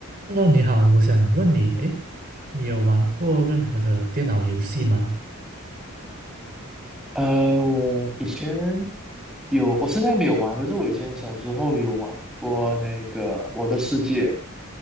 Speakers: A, on the right; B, in the centre.
A: Hello，你好，我想问你，诶，你有玩过任何的电脑游戏吗？
B: 呃，我以前有，我现在没有玩，可是我以前小时候有玩过那个《我的世界》，